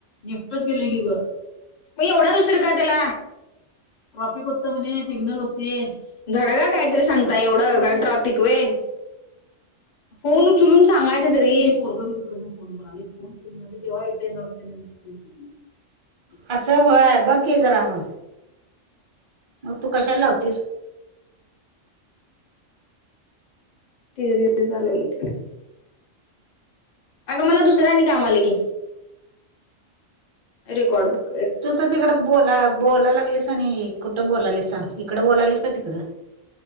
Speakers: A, on the left; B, on the right.
A: लीफटच गेलं की गं ब म ऐवढा उशीर का त्याला? ट्राफिक होतो म्हणे सिग्नल होते. घडऱ्या काहीतरी सांगताय एवढं का ट्रॉफिक वे. फोन उचलून सांगायचा तरी पोरगवी तिकडनं फोन कराला. <inaudible> जेव्हा इथे येणार होते. <inaudible>
B: असं व्हय बघ मी जरा म. मग तू कशाला लावतीस?
A: तिथे तिथे चालू आहे ते. अगं मला दुसऱ्यानी काम आलं की रेकॉर्ड बो
B: तू तर तिकडं बोला बोलाय लागलीस आणि कुठं बोलालीस सांग इकडं बोलालीस का तिकडं.